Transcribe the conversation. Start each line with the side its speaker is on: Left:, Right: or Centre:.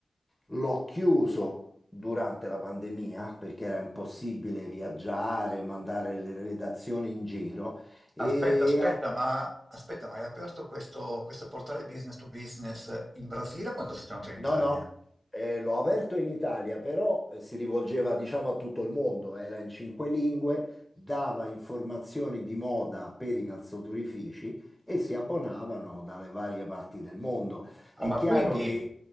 Centre: L'ho chiuso durante la pandemia perché era impossibile viaggiare, mandare le redazioni in giro e
Right: Aspetta, aspetta,
Centre: a-
Right: ma aspetta, ma hai aperto questo, questo portale business to business in Brasile quando sei tornato in Italia?
Centre: No, no, eh, l'ho aperto in Italia, però eh, si rivolgeva, diciamo, a tutto il mondo, era in cinque lingue, dava informazioni di moda per i calzaturifici e si abbonavano dalle varie parti del mondo.
Right: Ah,
Centre: È
Right: ma
Centre: chiaro
Right: quindi,
Centre: che